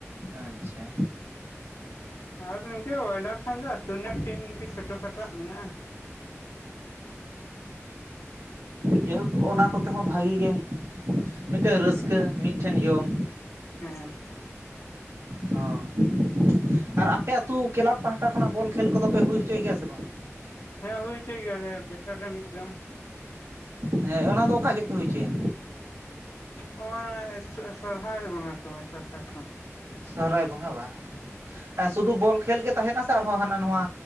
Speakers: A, on the right; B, on the left.
A: ᱟᱪᱷᱟ
B: ᱟᱨ ᱱᱤᱝᱠᱟᱹ ᱵᱚᱭᱞᱟᱨ ᱠᱷᱟᱱ ᱫᱚ ᱟᱹᱛᱩ ᱨᱮᱱᱟᱜ ᱴᱤᱢ ᱯᱦᱤᱥ ᱠᱷᱟᱴᱚ ᱠᱷᱟᱴᱚ ᱢᱮᱱᱟᱜᱼᱟ᱾
A: ᱡᱮ ᱦᱚᱸ ᱚᱱᱟ ᱠᱚᱛᱮ ᱦᱚᱸ ᱵᱷᱟᱹᱜᱤ ᱜᱮ ᱢᱤᱫᱴᱮᱡ ᱨᱟᱹᱥᱠᱟᱹ ᱢᱤᱫᱴᱷᱮᱱ ᱡᱚᱢ᱾
B: ᱦᱮᱸ
A: ᱦᱚᱸ ᱟᱨ ᱟᱯᱮ ᱟᱹᱛᱩ ᱠᱮᱞᱟᱵᱽ ᱯᱟᱦᱴᱟ ᱠᱷᱚᱱᱟᱜ ᱵᱚᱞ ᱠᱷᱮᱞ ᱠᱚᱫᱚᱯᱮ ᱦᱩᱭ ᱦᱚᱪᱚᱭ ᱜᱮᱭᱟ ᱥᱮ ᱵᱟᱝ?
B: ᱦᱮᱸ ᱦᱩᱭ ᱚᱪᱚᱭ ᱜᱮᱭᱟᱞᱮ ᱵᱚᱪᱷᱚᱨ ᱨᱮ ᱢᱤᱫ ᱫᱚᱢ᱾
A: ᱦᱮᱸ ᱚᱱᱟ ᱫᱚ ᱚᱠᱟ ᱡᱚᱜ ᱯᱮ ᱦᱩᱭ ᱚᱪᱚᱭᱟ?
B: ᱱᱚᱶᱟ ᱥᱚᱨᱦᱟᱭ ᱵᱚᱸᱜᱟ ᱥᱚᱢᱚᱭ <unintelligible>
A: ᱥᱚᱦᱨᱟᱭ ᱵᱚᱸᱜᱟ ᱵᱟ ᱮᱸ ᱥᱩᱫᱩ ᱵᱚᱞ ᱠᱷᱮᱞ ᱜᱮᱼᱼ ᱛᱟᱦᱮᱱᱟ ᱥᱮ ᱟᱨᱦᱚᱸ ᱦᱟᱱᱟ ᱱᱟᱶᱟ